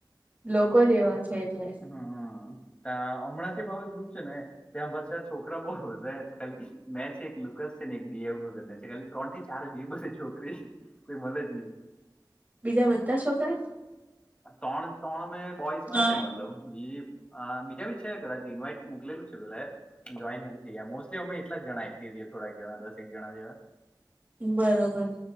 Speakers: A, on the right; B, on the left.
A: લોકો જે એવા છે એટલે
B: હમમ તા અણાજી બાહુલ ગ્રુપ છે ને ત્યાં પછા છોકરા બહુ ખાલી મે છે એક લુકસ છે ને એકને છે ખાલી. ત્રણ થી ચાર બે બધ છોકરી કોઈ મળે જ નહી.
A: બીજા બધા છોકરા?
B: ત્રણ ત્રણ મેં બોઈસમાં
A: હા
B: છે મતલબ બી બીજા બી છે કદાચ ઇન્વાઈટ મોકલેલું છે પેલાએ. જોઈન નથી થયા મોસ્ટલી અમે એટલા જણા એક્ટિવએ થોડાક જણા દસક જણા જેવા.
A: બરોબર.